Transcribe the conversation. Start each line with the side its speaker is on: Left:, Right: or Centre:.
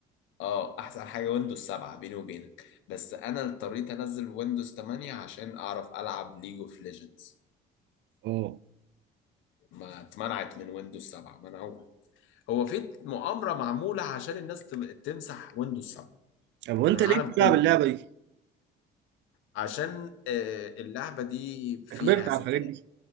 Left: اه احسن حاجه ويندوز 7 بيني وبينك بس انا اضطريت انزل ويندوز 8 عشان اعرف العب ليج اوف ليجندز
Right: اه
Left: ما اتمنعت من ويندوز 7 منعوها هو في مؤامره معموله عشان الناس تب- تمسح ويندوز 7
Right: طب وانت
Left: من العالم
Right: ليه بتلعب
Left: كله
Right: اللعبه دي؟
Left: عشان آه، اللعبة دي فيها
Right: أنت كبرت على
Left: ذكاء
Right: الحاجات دي